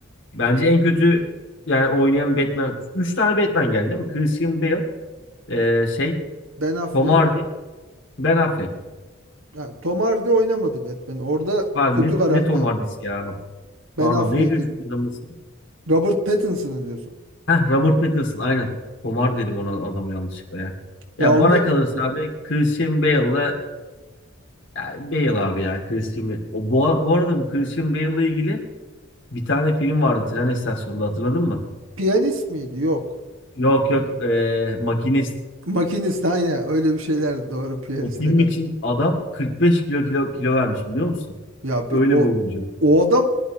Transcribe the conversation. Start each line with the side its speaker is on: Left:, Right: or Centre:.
Left: Bence en kötü yani oynayan Batman. Üç tane Batman geldi değil mi? Christian Bale. ee, şey.
Right: Ben Affleck.
Left: Tom Hardy. Ben Affleck.
Right: Ya, Tom Hardy oynamadı Batman. Orada
Left: Pardon,
Right: kötü
Left: ne,
Right: karakter.
Left: ne Tom Hardy'si ya?
Right: Ben
Left: Pardon
Right: Affleck'i.
Left: neydi üçüncü adamın ismi?
Right: Robert Pattinson'ı diyorsun.
Left: Heh, Robert Pattinson aynen. Komar dedim ona adamı yanlışlıkla ya.
Right: Ya
Left: Ya
Right: onu
Left: bana kalırsa abi Christian Bale'la ya Bale abi ya Christian Bale. O, bu, bu arada bu Christian Bale'la ilgili bir tane film vardı tren istasyonunda hatırladın mı?
Right: piyanist miydi? Yok.
Left: Yok yok eee, Makinist.
Right: Makinist aynen öyle bir şeyler doğru piyanistle
Left: O film
Right: kar.
Left: için adam 45 kilo kilo, kilo vermiş biliyor musun?
Right: Ya bir
Left: Öyle
Right: o
Left: bir oyuncu.
Right: o adam